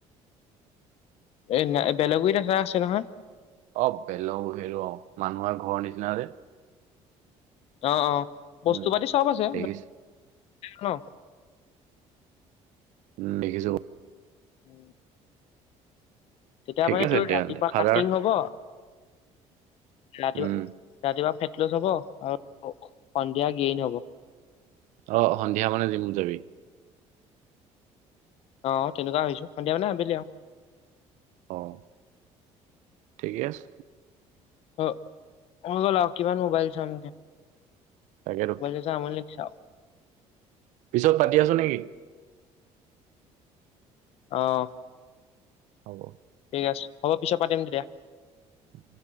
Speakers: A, on the left (about 50°); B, on the right (about 70°).
A: এনে বেলেগৰ দেখা আছে নহয়।
B: অ বেলেও-হেলও মানুহৰ ঘৰৰ নিচিনা যে।
A: অ, অ, বস্তু-পাতি
B: উম।
A: চব আছে
B: দেখিছো
A: ন'।
B: উম দেখিছো।
A: উম। তেতিয়া
B: ঠিকে
A: মানে
B: আছে
A: তোৰ
B: তেতিয়াহ'লে
A: ৰাতিপুৱা
B: ফাদাৰ
A: কাটিং হব ৰাতিপুৱা,
B: উম
A: ৰাতিপুৱা ফেক হব আৰু সন্ধিয়া গেইন হ'ব।
B: অ সন্ধিয়া মানে জীম যাবি?
A: অ তেনেকুৱা হৈছো, সন্ধিয়া মানে আবেলি আৰু।
B: আহ। ঠিকে আছে।
A: অ', গ ল কিমান মোবাইল চাম?
B: তাকেতো
A: বলেছ আমলিক চাও <unintelligible>
B: পিছত পাতি আছো নেকি।
A: অ'।
B: হ'ব।
A: ঠিক আছে হ'ব পিছত পাতিম তেতিয়া।
B: উ।